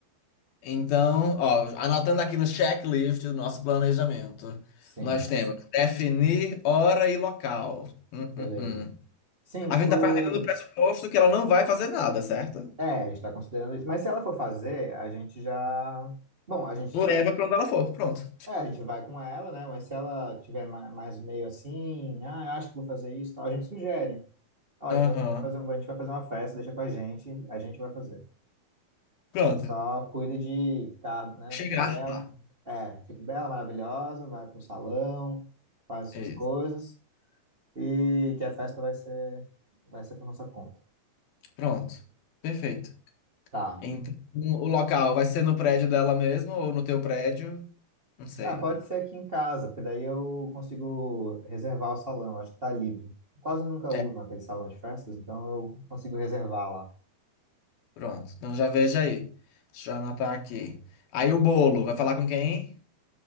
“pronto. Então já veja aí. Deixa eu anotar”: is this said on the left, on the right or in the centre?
Left